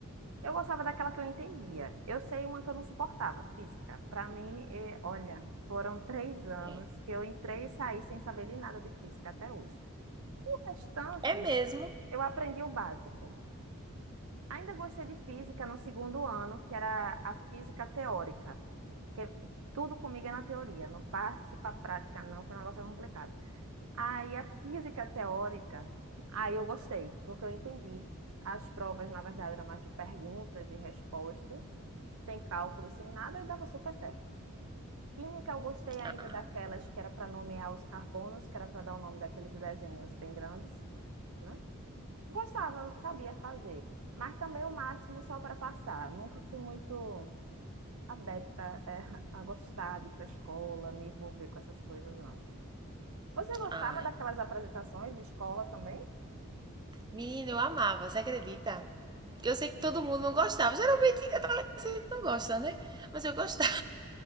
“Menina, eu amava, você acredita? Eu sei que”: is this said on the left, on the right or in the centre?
Right